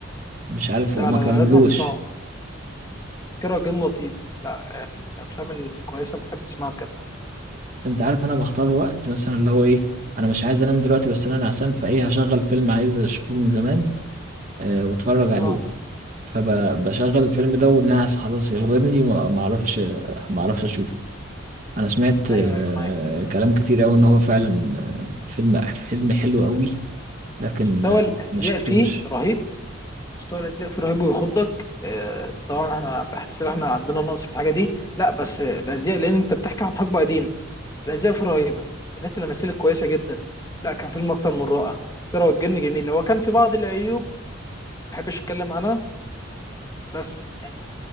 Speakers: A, on the right; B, on the left.
A: مش عارف
B: لا
A: وما
B: لا
A: كملوش
B: لا لازم تسمعه كيرة والجن لطيف لا يعني من الافلام الكويسه اللي بحب تسمعها بجد
A: انت عارف انا بختار وقت مثلا اللي هو ايه انا مش عايز انام دلوقتي بس انا نعسان فايه هشغل فيلم عايز اشوفه من زمان آه، واتفرج عليه
B: اه
A: فبشغل الفيلم ده والناس خلاص يغلبني ما ما اعرفش ما اعرفش اشوف انا سمعت آه،
B: ايوه ايوه معاك
A: كلام كتير قوي ان هو فعلا آه، فيلم فيلم حلو قوي لكن
B: مستوى
A: آه،
B: الازياء
A: ما شفتوش
B: فيه رهيب مستوى الأجزاء فيه رهيب ويخضك آه، طبعا احنا بحس ان احنا عندنا نقص في الحاجة دي لا بس آه، الأزياء لأن أنت بتحكي عن حقبة قديمة الأزياء فيه رهيبة الناس اللي مثلت كويسة جدا لا كان فيلم أكتر من رائع كرة والجن جميل هو كان في بعض العيوب ما بحبش أتكلم عنها بس يعني